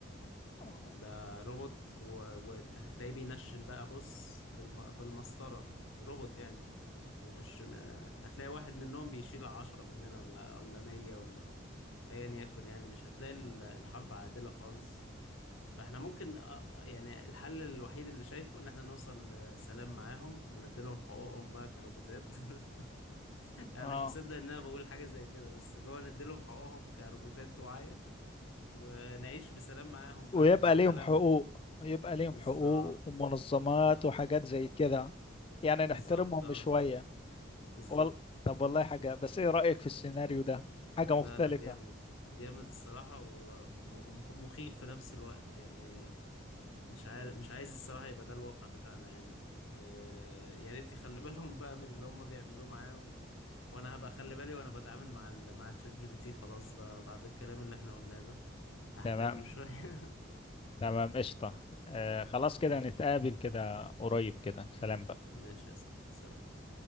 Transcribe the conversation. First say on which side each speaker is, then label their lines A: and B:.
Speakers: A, on the left (about 30°); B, on the left (about 90°).
A: اه
B: ده روبوت وهتلاقيه بينشن بقى بص بالم... بالمسطرة روبوت يعني ومش ما... هتلاقي واحد منهم بيشيل عشرة مننا ولا ولا مية ولا أيا يكن يعني مش هتلاقي ال- الحرب عادلة خالص فاحنا ممكن آه، آه، يعني الحل الوحيد اللي شايفه ان احنا نوصل لسلام معاهم ونديلهم حقوقهم بقى كروبوتات <laughs> انا
A: آه.
B: مش مصدق ان انا بقول حاجه زي كده بس اللي هو نديلهم حقوقهم كروبوتات واعيه ونعيش بسلام معاهم
A: ويبقى
B: بقى يبقى العالم
A: ليهم حقوق يبقى ليهم
B: بالظبط
A: حقوق ومنظمات
B: اه
A: وحاجات زي كده يعني نحترمهم
B: بالظبط اه
A: شوية
B: بالظبط
A: وال... طب والله حاجة بس ايه رأيك في السيناريو ده حاجة
B: لا
A: مختلفة
B: لا جامد جامد الصراحه ومخيف في نفس الوقت يعني مش عارف مش عايز الصراحه يبقى ده الواقع بتاعنا يعني آه، يا ريت يخلي بالهم بقى من اللي هم بيعملوه معاهم وانا هبقى اخلي بالي وانا بتعامل مع ال... مع تشات جي بي تي خلاص بقى بعد الكلام اللي احنا قلناه ده هحترمه
A: تمام
B: شوية <laughs>
A: تمام قشطة آه خلاص
B: ماشي
A: كده نتقابل كده قريب كده سلام بقى
B: ماشي يا صاحبي سلام